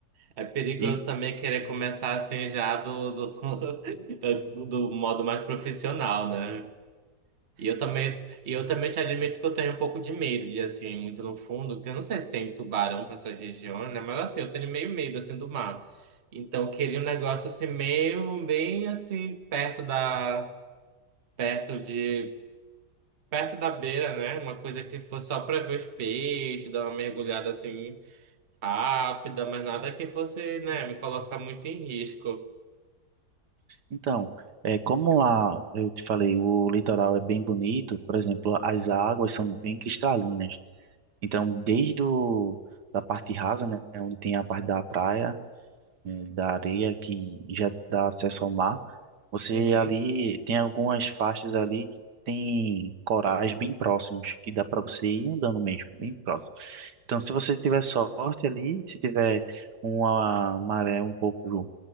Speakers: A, on the right; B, on the right.
A: É perigoso
B: E
A: também querer começar assim já do, do, <laughs> do modo mais profissional, né? E eu também, e eu também te admito que eu tenho um pouco de medo de assim, ir muito no fundo, porque eu não sei se tem tubarão para essas regiões, né? Mas assim, eu tenho meio medo assim do mar. Então, eu queria um negócio assim meio bem assim perto da perto de perto da beira, né? Uma coisa que fosse só para ver os peixes, dar uma mergulhada assim rápida, mas nada que fosse, né, me colocar muito em risco.
B: então, é, como lá eu te falei, o litoral é bem bonito, por exemplo, as águas são bem cristalinas. Então, desde o, da parte rasa, né? Onde tem a parte da praia, eh, da areia, que já dá acesso ao mar Você
A: Uhum.
B: ali tem algumas faixas ali que tem corais bem próximos, que dá para você ir andando mesmo, bem próximo. Então, se você tiver sorte ali, se tiver uma maré um pouco